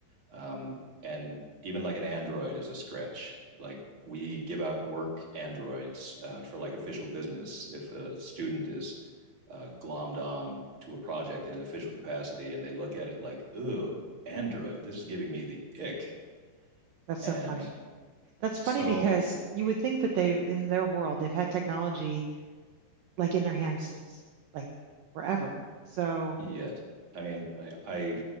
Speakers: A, on the right; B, on the right.
A: um, and even like an Android is a stretch. Like we give out work Androids uh, for like official business. If a student is uh, glommed on to a project in an official capacity and they look at it like, ooh, Android, this is giving me the ick.
B: That's
A: And
B: so funny. That's funny
A: so,
B: because you would think that they in their world they've had technology like in their hands since like forever. So
A: yes, I mean, I, I